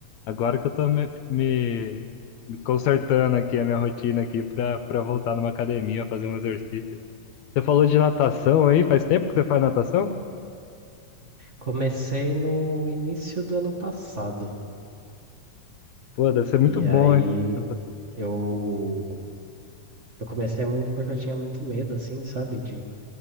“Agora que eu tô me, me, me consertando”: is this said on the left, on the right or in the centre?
Left